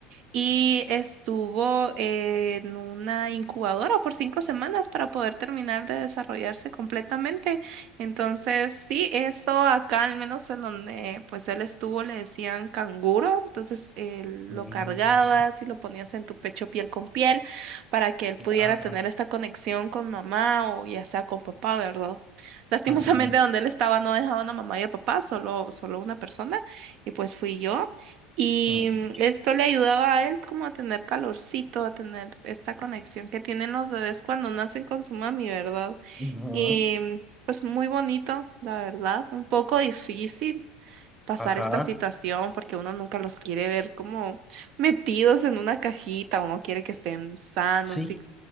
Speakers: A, on the right; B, in the centre.
A: y estuvo eh, en una incubadora por cinco semanas para poder terminar de desarrollarse completamente. Entonces, sí, eso acá, al menos en donde pues él estuvo, le decían canguro. Entonces, eh, lo
B: Mm.
A: cargabas y lo ponías en tu pecho piel con piel para que él pudiera
B: Ah.
A: tener esta conexión con mamá o ya sea con papá, ¿verdad? Lastimosamente,
B: Ujú.
A: donde él estaba no dejaban a mamá y a papá, solo, solo una persona, y pues fui yo. Y
B: Mm.
A: mm, esto le ayudaba a él como a tener calorcito, a tener esta conexión que tienen los bebés cuando nacen con su mami, ¿verdad?
B: Ujú.
A: Y mm, pues muy bonito, la verdad. Un poco difícil pasar
B: Ajá,
A: esta situación porque uno nunca los quiere ver como metidos en una cajita, uno quiere que estén sanos
B: sí,
A: y